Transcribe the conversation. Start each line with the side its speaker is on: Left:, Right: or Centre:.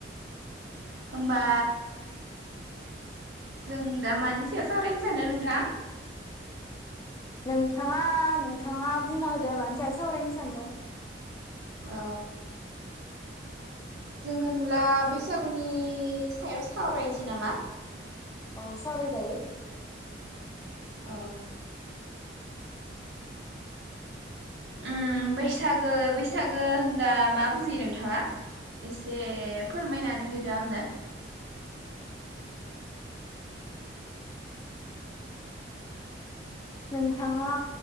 Right: होमबा जों दा मानि सायाव सोावरायनो सानदों नोंथां?
Left: नोंथाङा नोंथाङा बुंना होदो मानसियाव सावरायनो सानदों।
Right: अ जों होनब्ला बैसागुनि सायाव सावरायनोसै नामा?
Left: अ सावराय जायो ।
Right: अ उम बैसागो बैसागो होनब्ला मा बुजियो नोंथाङा एसे फोरमायनानै होदो आंनो ।
Left: नोंथाङा